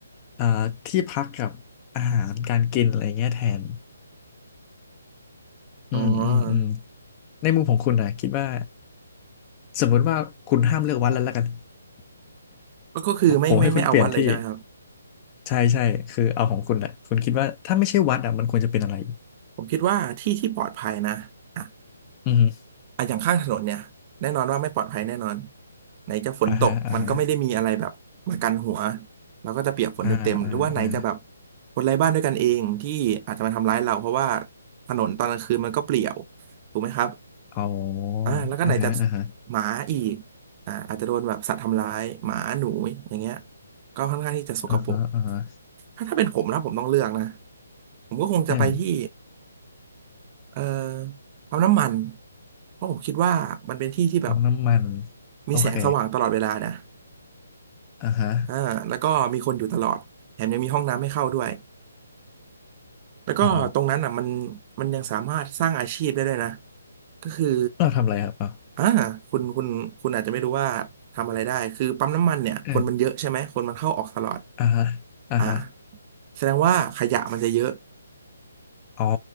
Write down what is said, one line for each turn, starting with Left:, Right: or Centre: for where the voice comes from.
Left: เอ่อที่พักกับอาหารการกินอะไรเงี้ยแทนอืมอืมอืม
Right: อ๋อ
Left: ในมุมของคุณนะคิดว่าสมมติว่าคุณห้ามเลือกวัดแล้วแล้วกัน
Right: ก็ก็คือไม่ไม่ไม่เอาวัดเลยใช่ไหมครับ
Left: <laughs> ผมให้คุณเปลี่ยนที่ใช่ใช่คือเอาของคุณอ่ะคุณคิดว่าถ้าไม่ใช่วัดอ่ะมันควรจะเป็นอะไร
Right: ผมคิดว่าที่ที่ปลอดภัยนะอ่ะ
Left: อืม
Right: อ่ะอย่างข้างถนนเนี่ยแน่นอนว่าไม่ปลอดภัยแน่นอนไหนจะฝนตกมันก็ไม่ได้มีอะไรแบบมากันหัว
Left: อ่าฮะอ่าฮะ
Right: เราก็จะเปียกฝนเต็มๆหรือว่าไหนจะแบบ
Left: อ่าอ่าอ่า
Right: คนไร้บ้านด้วยกันเองที่อาจจะมาทำร้ายเราเพราะว่าถนนตอนกลางคืนมันก็เปลี่ยวถูกไหมครับ
Left: อ๋อ
Right: อ่าแล้วก็ไหนจะ
Left: อ่าฮะอ่าฮะ
Right: หมาอีกอ่าอาจจะโดนแบบสัตว์ทำร้ายหมาหนูอย่างเงี้ยก็ค่อนข้างที่จะสกปรก
Left: อ่าฮะอ่าฮะ
Right: ถ้าถ้าเป็นผมนะผมต้องเลือกนะผมก็คงจะไปที่
Left: อืม
Right: เอ่อปั๊มน้ำมันเพราะผมคิดว่ามันเป็นที่ที่แบบ
Left: เอาน้ำมัน
Right: มีแสงสว่างตลอดเวลานะ
Left: โอเคอ่าฮะ
Right: อ่าแล้วก็มีคนอยู่ตลอดแถมยังมีห้องน้ำให้เข้าด้วย แล้วก็ตรงนั้นอ่ะมัน
Left: อ๋อ
Right: มันยังสามารถสร้างอาชีพได้ด้วยนะก็คือ
Left: เราทำอะไรครับอ่ะ
Right: อ่าคุณคุณคุณอาจจะไม่รู้ว่าทำอะไรได้คือปั๊มน้ำมันเนี่ยคนมันเยอะใช่ไหมคนมันเข้าออกตลอด
Left: อืมอ่าฮะอ่าฮะ
Right: อ่าแสดงว่าขยะมันจะเยอะ
Left: อ๋อ